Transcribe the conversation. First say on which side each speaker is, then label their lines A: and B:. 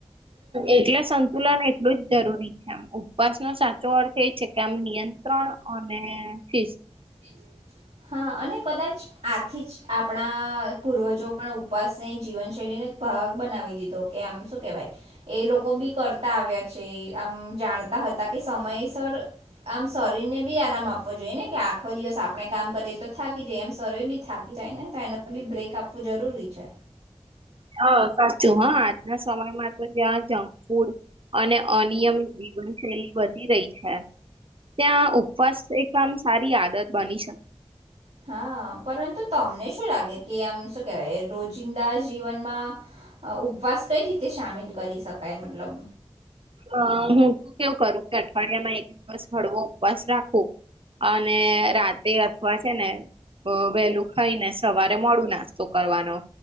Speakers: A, on the right (about 55°); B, on the right (about 80°).
A: એટલે સંતુલન એટલું જ જરૂરી છે આમ ઉપવાસનોો સાચો અર્થ એ છે કે આમ નિયંત્રણ અને શિસ્
B: -હ હા અને કદાચ આથી જ આપણા પૂર્વજો પણ ઉપવાસને જીવનશૈલીને ભાગ બનાવી દીધો કે આમ શું કેવાય એ લોકો બી કરતા આવ્યા છે આમ જાણ સમયસર આમ શરીરને બી આરામ આપવો જોઈએને કે આખો દિવસ આપણે કામ કરીએ તો થાકી જાય એમ સર્વે બી થાકી જાય ને તો એનો બી બ્રેક આપવું જરૂરી છે
A: હ સાચું હા આજના સમયમાં તો જ્યાં જંક ફૂડ અને અનિયમિત જીવનશૈલી વધી રહી છે ત્યાં ઉપવાસ એક આમ સારી આદત બની શકે
B: હા પરંતુ તમને શું લાગે કે આમ શું કેહેવાય રોજિંદા જીવનમાં અ ઉપવાસ કઈ રીતે સામેલ કરી શકાય મતલબ
A: અ હું તું કેવું કરું કે અઠવાડિયામાં એક દિવસ હળવો ઉપવાસ રાખું અને રાતે અથવા છે ને વહેલું ખાઈ ને સવારે મોડું નાસ્તો કરવાનો